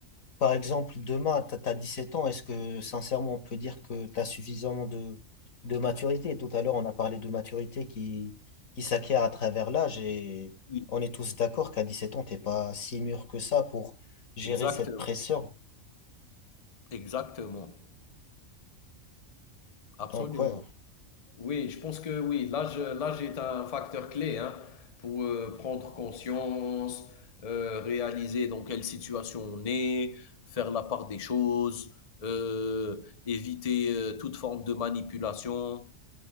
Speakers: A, on the left; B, on the left.
A: par exemple, demain, t'as, t'as sept ans, est-ce que, sincèrement, on peut dire que t'as suffisamment de, de maturité? Tout à l'heure, on a parlé de maturité qui, qui s'acquiert à travers l'âge et
B: oui,
A: on est tous d'accord qu'à 17 ans, t'es pas si mûr que ça pour gérer
B: exact,
A: cette pression.
B: exactement. Absolument.
A: Donc, ouais,
B: Oui, je pense que oui, l'âge, l'âge est un facteur clé hein, pour euh, prendre conscience, euh, réaliser dans quelle situation on est, faire la part des choses, euh, éviter euh, toute forme de manipulation.